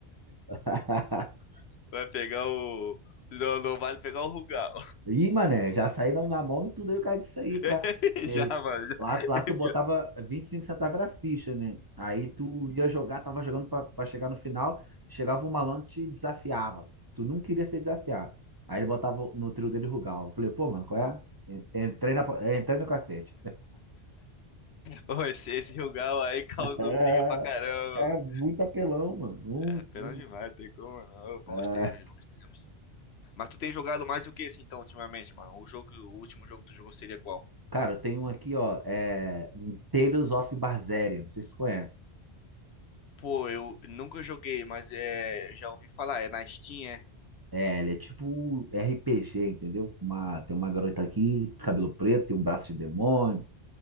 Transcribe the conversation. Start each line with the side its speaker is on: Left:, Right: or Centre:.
Right: <laughs>
Left: Vai pegar o... Não, não vale pegar o Rugal.
Right: Ih, mané, já saíram na mão e tudo aí o cara disso aí, tá?
Left: <laughs>
Right: E
Left: Já, mano. Já.
Right: Lá,
Left: <laughs>
Right: lá tu
Left: É pior.
Right: botava 25 centavos era ficha, né? Aí tu ia jogar, tava jogando pra, pra chegar no final, chegava um malandro e te desafiava. Tu não queria ser desafiado. Aí ele botava no trio dele Rugal. Eu Falei, pô, mano, qual é? En- Entrei, na, pa- entrei no cacete.
Left: Ô, esse, esse Rugal aí causou
Right: É,
Left: briga pra caramba, mano.
Right: é muito apelão, mano. Muito,
Left: É, pena
Right: muito.
Left: demais, tem como não. Ô, Bons
Right: É.
Left: tempos, bons tempos. Mas tu tem jogado mais o que esse então, ultimamente, mano? O jogo, o último jogo que tu jogou seria qual?
Right: Cara, tem um aqui, ó. É, um Tales of Berseria. Não sei se tu conhece.
Left: Pô, eu nunca joguei, mas é, já ouvi falar. É na Steam, é?
Right: É, ele é tipo RPG, entendeu? Uma- tem uma garota aqui, cabelo preto, tem um braço de demônio.